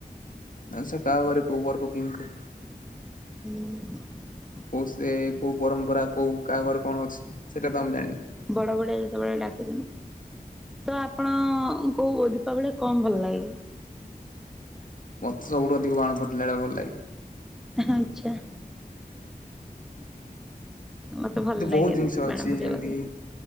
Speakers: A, on the left; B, in the centre.
A: ଆଛା କାହା ଘରେ କୋଉ ବର ପକିଙ୍କୁୁ
B: ହୁଁ।
A: କୋଉ ସେ କୋଉ ପରମ୍ପରା କୋଉ କାହାଘରେ କଣ ଅଛି ସେଇଟା ତ ଆମେ ଜାଣିନୁ।
B: ବଡ଼ ବଡ଼ିଆ ଯେତେବେଳେ ଡାକୁଛନ୍ତି। ତ ଆପଣ କୋଉ ଦୀପାବଳୀ ରେ କଣ ଭଲ ଲାଗେ।
A: ମତେ ସବୁଠୁ ଅଧିକ ବାଣ ଫୁଟିଲା ଭଲ ଲାଗେ।
B: ଆଚ୍ଛା। ମତେ ଭଲ
A: ଏମିତି ବହୁତ
B: ଲାଗେନି
A: ଜିନିଷ ଅଛି
B: ବାଣ ଫୁଟେଇବାକୁ।
A: ଯେମିତି କି